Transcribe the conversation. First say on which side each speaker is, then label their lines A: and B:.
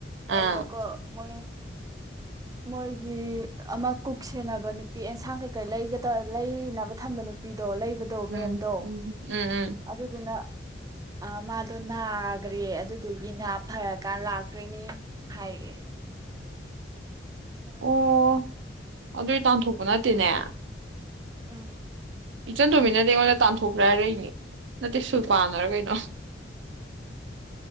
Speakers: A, on the right; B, on the right.
A: ꯑꯗꯨꯗ
B: ꯑꯥ
A: ꯀꯣ ꯃꯣꯏ ꯃꯣꯏꯒꯤ ꯑꯃ ꯀꯨꯛ ꯁꯦꯟꯅꯕ ꯅꯨꯄꯤ ꯑꯦꯟꯁꯥꯡ ꯀꯩꯀꯩ ꯂꯩꯒꯗ ꯂꯩꯅꯕ ꯊꯝꯕ ꯅꯨꯄꯤ ꯗꯣ ꯂꯩꯕꯗꯣ ꯃꯦꯝꯗꯣ
B: ꯎꯝ ꯎꯝ ꯎꯝ ꯎꯝ
A: ꯑꯗꯨꯗꯨꯅ ꯑ ꯃꯥꯗꯣ ꯅꯥꯈ꯭ꯔꯦ ꯑꯗꯨꯗꯨꯒꯤ ꯅ ꯐꯔꯀꯥꯟ ꯂꯥꯛꯇꯣꯏꯅꯦ ꯍꯥꯏꯔꯛꯑꯦ <inaudible>
B: ꯑꯣ ꯑꯗꯨꯏ ꯇꯥꯟꯊꯣꯛꯄ ꯅꯠꯇꯦꯅꯦ
A: ꯎꯝ
B: ꯏꯆꯟ ꯇꯣꯝꯕꯤꯅꯗꯤ ꯑꯩꯉꯣꯟꯗ ꯇꯥꯟꯊꯣꯛꯈ꯭ꯔꯦ ꯍꯥꯏꯔꯛꯏꯅꯦ ꯅꯠꯇꯦ ꯁꯨ ꯄꯥꯅꯔꯣ ꯀꯩꯅꯣ